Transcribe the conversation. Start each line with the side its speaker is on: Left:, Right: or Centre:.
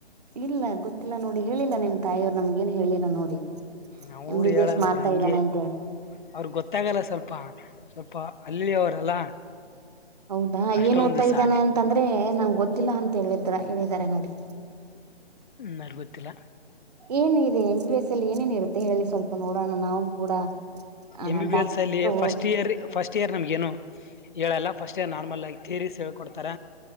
Right: ಇಲ್ಲ ಗೊತ್ತಿಲ್ಲ ನೋಡಿ ಹೇಳಿಲ್ಲ ನಿಮ್ ತಾಯಿಯವರು ನಮ್ಗೇನು ಹೇಳಿಲ್ಲ ನೋಡಿ
Left: ಅವರು
Right: ಎಂ ಬಿ
Left: ಹೇಳಲ್ಲ
Right: ಬಿ ಎಸ್ ಮಾಡ್ತಾ
Left: ಅವ್ರ ಹಂಗೆ
Right: ಇದ್ದಾನೆ ಅಂತೇಳಿ
Left: ಅವ್ರ ಗೊತ್ತಾಗಲ್ಲ ಸ್ವಲ್ಪ ಸ್ವಲ್ಪ ಹಳ್ಳಿ ಅವರಲ್ಲ
Right: ಹೌದಾ
Left: ಅಷ್ಟೊಂದು
Right: ಏನ್ ಓದತಾ
Left: ಸಾಲಿ
Right: ಇದ್ದಾನೆ ಅಂತಂದ್ರೆ ನಂ ಗೊತ್ತಿಲ್ಲ ಅಂತ ತೆಗ್ಲಿದ್ರ ಹೇಳಿದ್ದಾರೆ ನೋಡಿ
Left: ನರ್ವತ್ತಲ್ಲ
Right: ಏನು ಇದೆ ಎಂ ಬಿ ಬಿ ಸ್ ಲ್ಲಿ ಏನೇನ ಇರುತ್ತೆ ಹೇಳಿ ಸ್ವಲ್ಪ ನೋಡೋಣ ನಾವು ಕೂಡ ಆ
Left: ಎಂ ಬಿ ಬಿ
Right: doctor
Left: ಎಲ್ಸ್ ಅಲ್ಲಿ first year first tear ನಮಗ ಏನು ಹೇಳಲ್ಲ ಫಸ್ಟ್ ಇಯರ್ ನಾರ್ಮಲ್ ಆಗಿ ತೇರಿಸ್ ಹೇಳ್ಕೊಡ್ತಾರ